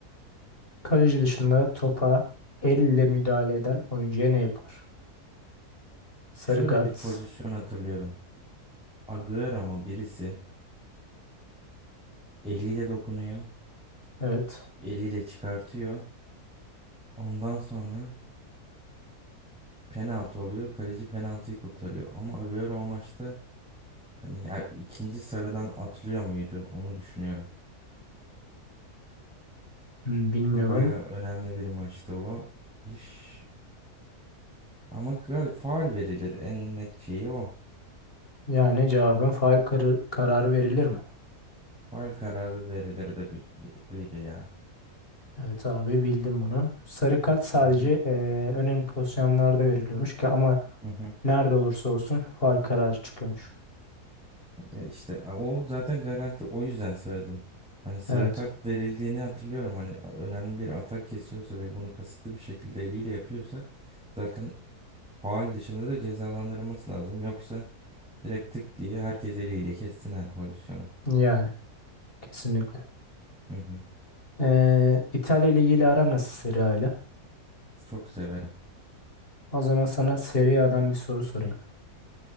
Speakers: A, on the left (about 35°); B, in the centre.
A: Kaleci dışında topa elle müdahale eden oyuncuya ne yapılır? Sarı
B: Şöyle
A: kart.
B: bir pozisyon hatırlıyorum. Agüero mu birisi eliyle dokunuyor,
A: Evet.
B: eliyle çıkartıyor. Ondan sonra penaltı oluyor. Kaleci penaltıyı kurtarıyor. Ama Agüero o maçta hani ya ikinci sarıdan atlıyor muydu onu düşünüyorum.
A: Hmm, Bilmiyorum.
B: Ve bayağı önemli bir maçtı o iş. Ama galiba faul verilir. En net şeyi o.
A: Yani cevabın faul karı- kararı verilir mi?
B: Faul kararı verilirdi bir gibi ya.
A: Evet abi bildim bunu. Sarı kart sadece
B: Hı hı.
A: eee, önemli pozisyonlarda veriliyormuş ki ama
B: Hı hı.
A: nerede olursa olsun faul kararı çıkıyormuş.
B: Ya işte a, o zaten garanti. O yüzden söyledim. Hani sarı
A: Evet.
B: kart verildiğini hatırlıyorum. Hani a- önemli bir atak kesiyorsa ve bunu kasıtlı bir şekilde eliyle yapıyorsa zaten faul dışında da cezalandırılması lazım. Yoksa direkt tık diye herkes eliyle kessin her pozisyonu.
A: Yani kesinlikle.
B: Hı hı.
A: Ee, İtalya Ligi ile aran nasıl Serie A ile?
B: Çok severim.
A: O zaman sana Serie A'dan bir soru sorayım.